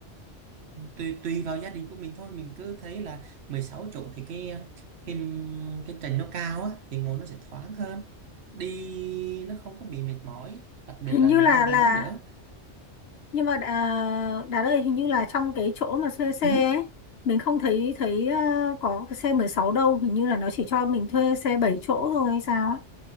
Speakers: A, on the right (about 65°); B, on the left (about 60°).
A: tùy tùy vào gia đình của mình thôi mình cứ thấy là 16 chỗ thì cái cái cái trần nó cao á thì ngồi nó sẽ thoáng hơn đi nó không có bị mệt mỏi đặc biệt
B: hình
A: là
B: như
A: những
B: là
A: em
B: là
A: bé nữa
B: nhưng mà à, Đạt ơi hình như là trong cái chỗ mà thuê xe
A: ừ.
B: ấy, mình không thấy thấy ờ, có cái xe 16 đâu hình như là nó chỉ cho mình thuê xe 7 chỗ thôi hay sao ấy